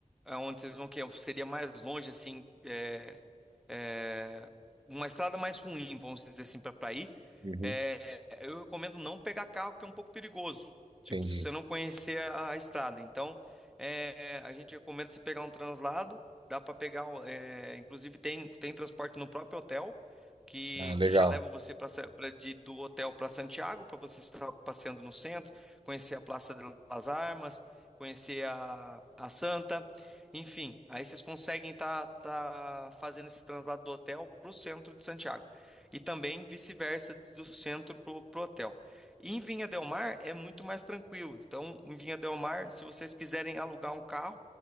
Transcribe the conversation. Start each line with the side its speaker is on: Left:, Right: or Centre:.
Centre: Onde vocês vão que é, seria mais longe, assim, é, é, uma estrada mais ruim, vamos dizer assim, para ir.
Right: Uhum,
Centre: É, eu recomendo não pegar carro, que é um pouco perigoso. Tipo,
Right: entendi.
Centre: se você não conhecer a, a estrada. Então, é, a gente recomenda você pegar um translado. Dá para pegar, o- é, inclusive tem, tem transporte no próprio hotel, que,
Right: Ah, legal.
Centre: que já leva você pra, Sa- pra, de, do hotel para Santiago, para você estar passeando no centro, conhecer a Praça de las Armas, conhecer a, a Santa. Enfim, aí vocês conseguem estar fazendo esse translado do hotel para o centro de Santiago. E também vice-versa do centro para o hotel. E em Vinha del Mar é muito mais tranquilo. Então, em Vinha del Mar, se vocês quiserem alugar um carro